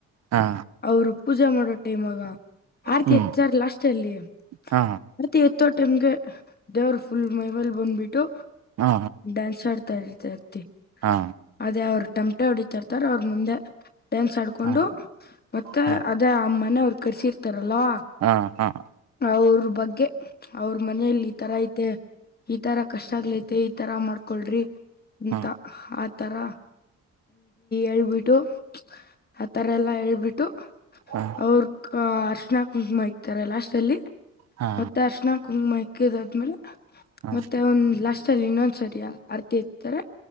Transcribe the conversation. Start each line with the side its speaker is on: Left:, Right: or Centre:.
Right: ಹಾ
Left: ಅವರು ಪೂಜಾ ಮಾಡೋ ಟೈಮ್ಗ ಆರ್ತಿ
Right: ಹ್ಮ್
Left: ಹೆಚ್ಚಾರ್ ಲಾಸ್ಟ್ ಅಲ್ಲಿ
Right: ಹಾ
Left: ಮತ್ತೆ ಎತ್ತ ಟೈಮ್ಗೆ ದೇವ್ರ ಫುಲ್ ಮೇವಲ್ ಬಂದ್ಬಿಟ್ಟು
Right: ಹಾ
Left: ಡ್ಯಾನ್ಸ್ ಆಡ್ತಾ ಇರ್ತರ್ತಿ
Right: ಹಾ
Left: ಅದೇ ಅವ್ರ ಟಮಟೆ ಹೊಡಿತಾರೆ ಹತಾರ ಅವ್ರ ಮುಂದೆ ಡ್ಯಾನ್ಸ್ ಆಡ್ಕೊಂಡು
Right: ಹಾ
Left: ಮತ್ತೆ
Right: ಹಾ
Left: ಅದೇ ಅಮ್ಮನ ಅವರು ಕರ್ಸಿ ಇರ್ತಾರಲ್ವಾ
Right: ಹಾ ಹಾ
Left: ಅವ್ರ ಬಗ್ಗೆ ಅವ್ರ ಮನೆಯಲ್ಲಿ ಈ ತರ ಐತೆ ಈ ತರ ಕಷ್ಟ ಆಗ್ಲೈತೆ ಮ ಈ ತರ ಮಾಡ್ಕೊಳ್ರಿ ಎಂತ
Right: ಹಾ
Left: ಆ ತರ ಎೇಳ್ಬಿಟ್ಟು ಆತರ ಎಲ್ಲಾ ಎೇಳ್ಬಿಟ್ಟು
Right: ಹಾ
Left: ಅವ್ರ ಅರ್ಶನಾ ಕುಂಕುಮ ಇತಾರೆ ಲಾಸ್ಟ್ ಅಲ್ಲಿ
Right: ಹಾ
Left: ಮತ್ತೆ ಅರ್ಶಣ ಕುಂಗಮ ಇಕ್ಕಿದ ಆದ್ಮೇಲೆ
Right: ಹಾ
Left: ಮತ್ತೆ ಒಂದ್ ಲಸ್ ಸ ಇನ್ನೊಂದ್ ಸರಿಯ ಅರ್ತಿ ಇರ್ತಾರೆ